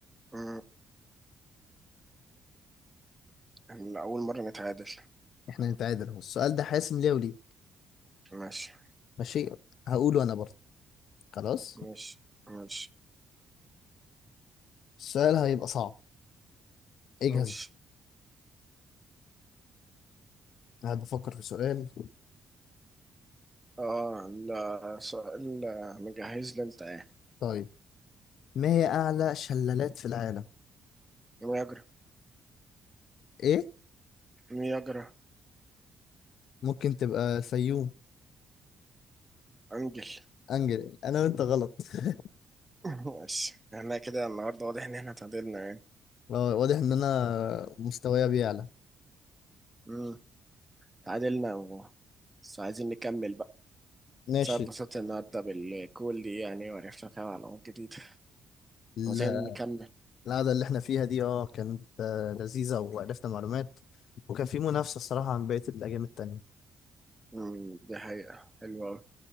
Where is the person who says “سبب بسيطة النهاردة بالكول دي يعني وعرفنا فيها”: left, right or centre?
Right